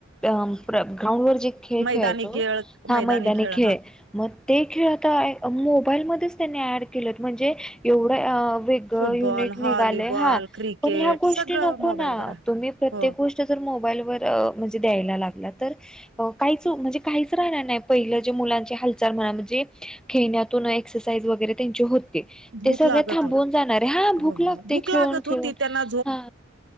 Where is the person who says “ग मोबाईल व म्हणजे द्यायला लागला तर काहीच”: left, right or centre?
Centre